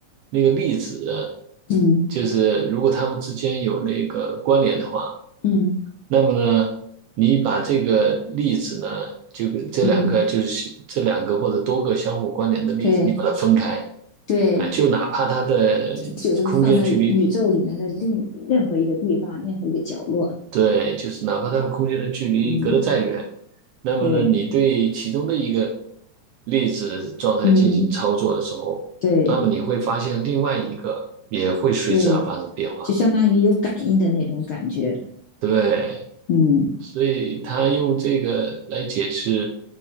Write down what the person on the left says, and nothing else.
嗯
嗯
嗯，对
对，
就是放在宇宙里面的另任何一个地方，
任何一个角落。
嗯，
对，
嗯对
对，就相当于有感应的那种感觉。
嗯